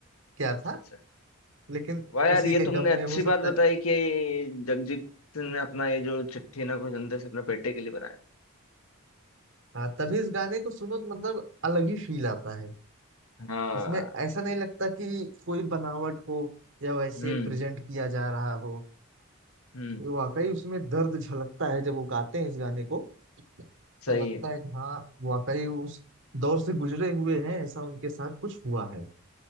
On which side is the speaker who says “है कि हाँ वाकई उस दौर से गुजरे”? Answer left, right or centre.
Right